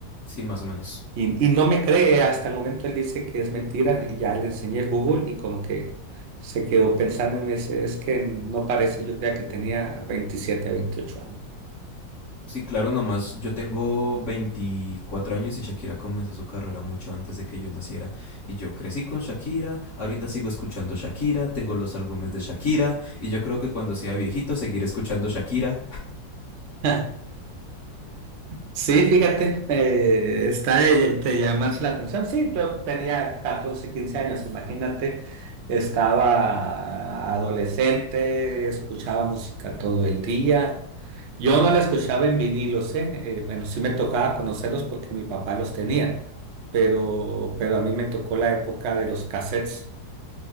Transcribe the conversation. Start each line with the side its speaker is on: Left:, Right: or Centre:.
Left: sí, más o menos.
Right: Y, y no me cree, hasta el momento él dice que es mentira y ya le enseñé el Google y como que se quedó pensando y me dice, es que no parece, yo creía que tenía veintisiete veintiocho años
Left: Sí, claro, nomás yo tengo 24 años y Shakira comenzó su carrera mucho antes de que yo naciera. Y yo crecí con Shakira, ahorita sigo escuchando Shakira, tengo los álbumes de Shakira y yo creo que cuando sea viejito seguiré escuchando Shakira.
Right: <laughs> Sí, fíjate, eh, está de, de llamarse la atención. Sí, yo tenía 14, 15 años, imagínate, estaba adolescente, escuchaba música todo el día. Yo no la escuchaba en vinilos, ¿eh? Eh, bueno, sí me tocaba conocerlos porque mi papá los tenía, pero, pero a mí me tocó la época de los cassettes